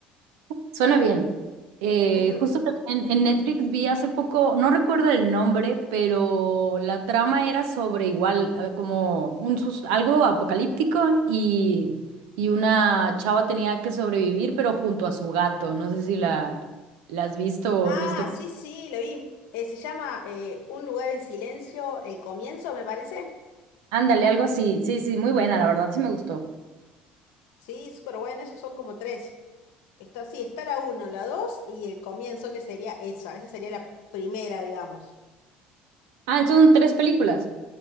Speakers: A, on the right; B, on the left.
A: Suena bien. Eh,
B: <laughs>
A: justo también en Netflix vi hace poco, no recuerdo el nombre, pero la trama era sobre igual, eh, como un, sus- algo apocalíptico y, y una chava tenía que sobrevivir, pero junto a su gato. No sé si la, la has visto
B: Ah,
A: o visto.
B: sí, sí, lo vi. Eh, se llama eh, Un lugar en silencio, el comienzo, me parece.
A: Ándale, algo así. Sí, sí, muy buena, la verdad sí me gustó.
B: Sí, súper buena, esos son como tres. Está, sí, está la uno, la dos y el comienzo, que sería esa. Esa sería la primera, digamos.
A: Ah, entonces son tres películas.